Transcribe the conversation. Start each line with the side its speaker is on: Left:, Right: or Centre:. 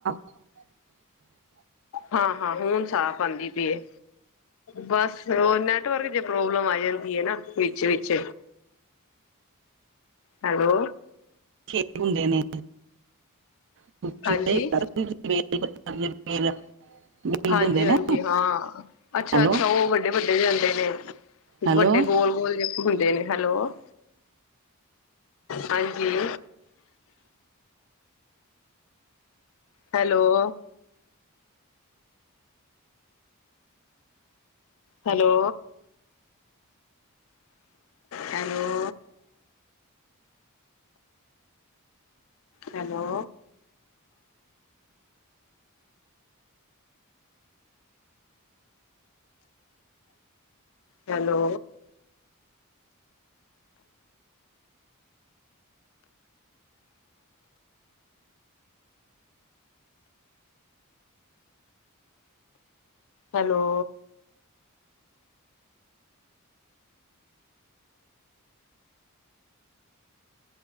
Right: <unintelligible> <inaudible>
Left: ਹਾਂ ਹਾਂ ਹੁਣ ਸਾਫ਼ ਆਉਂਦੀ ਪਈਏ। ਬਸ ਓਹ ਨੈਟਵਰਕ ਜੇ ਪ੍ਰੋਬਲਮ ਆ ਜਾਂਦੀ ਏ ਨਾ ਵਿੱਚ- ਵਿਚ। ਹੈਲੋ।
Right: ਠੀਕ ਹੁੰਦੇ ਨੇ। <unintelligible>
Left: ਹਾਂਜੀ
Right: ਬੇਲ
Left: ਹਾਂਜੀ
Right: ਹੁੰਦੇ ਨੇ
Left: ਹਾਂਜੀ, ਹਾਂ ਅੱਛਾ
Right: ਹੈਲੋ
Left: ਅੱਛਾ ਔ ਵੱਡ ਡੇ ਵੱਡੇ ਦੇ ਹੋੰਦੇ ਨੇ,
Right: ਹੈਲੋ
Left: ਵੱਡੇ ਗੋਲ-ਗੋਲ ਜੇ। ਹੁੰਦੇ ਨੇ, ਹੈਲੋ ਹਾਂਜੀ। Hello. Hello. Hello. Hello. Hello. Hello.